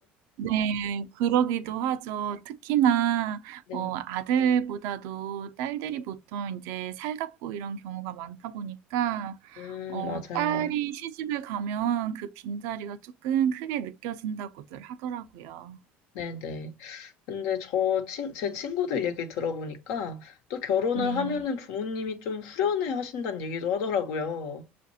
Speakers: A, on the right; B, on the left.
A: 네, 그러기도
B: <laughs>
A: 하죠. 특히나
B: 네.
A: 뭐 아들보다도 딸들이 보통 인제 살갑고 이런 경우가 많다 보니까
B: 음,
A: 어
B: 맞아요.
A: 딸이 시집을 가면 그 빈자리가 쪼끔 크게 느껴진다고들 하더라고요.
B: 네네. 근데 저 친, 제 친구들 얘기를 들어보니까 또 결혼을
A: 네.
B: 하면은 부모님이 좀 후련해 하신다는 얘기도 하더라고요.